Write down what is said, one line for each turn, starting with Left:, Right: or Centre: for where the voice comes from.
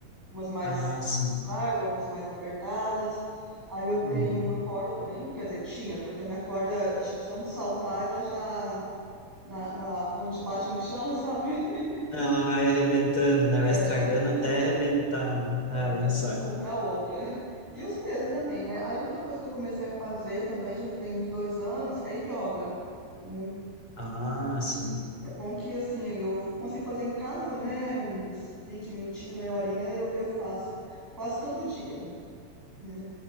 Centre: Umas mais
Left: Ah, sim.
Centre: larga, outras mais apertadas. Aí eu
Left: Uhum.
Centre: tenho uma corda também, quer dizer, tinha, porque a minha corda, eu acho que de tanto saltar, ela já, na, na- onde bate no chão, sabe? <laughs>
Left: Ela vai arrebentando, né?
Centre: É,
Left: Vai estragando
Centre: já arrebentou.
Left: até arrebentar, né?
Centre: É,
Left: Ah,
Centre: até
Left: é um
Centre: preciso
Left: saco.
Centre: comprar outra. <laughs> E os pesos também, né? Aí outra coisa que eu comecei a fazer também, já tem uns dois anos, é yoga, né?
Left: Ah, sim.
Centre: É bom que, assim, eu consigo fazer em casa, né? Uns 20 minutinhos, meia horinha, eu, eu faço quase todo dia, né?